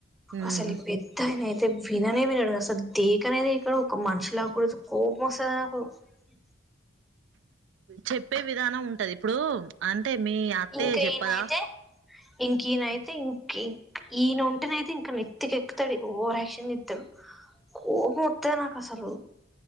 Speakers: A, on the right; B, in the centre.
A: ఉమ్
B: అసలు ఈ పెద్దయినా అయితే విననే వినడు అసల్ దేకనే దేఖడు ఒక మనిషిలా కూడా చు కోపమస్తది నాకు ఇ
A: చెప్పే విధానం ఉంటది ఇప్పుడు అంటే మీ అత్తయ్య
B: ఇంకా
A: చెప్పదా
B: ఈయనయితే ఇంక ఈయన ఐతే ఇంకిం ఈయన ఉంటేన అయితే ఇంకా నెత్తికెక్కుతాడు ఓవర్ యాక్షన్ చేత్తాడు కోపమత్తది నా కసలు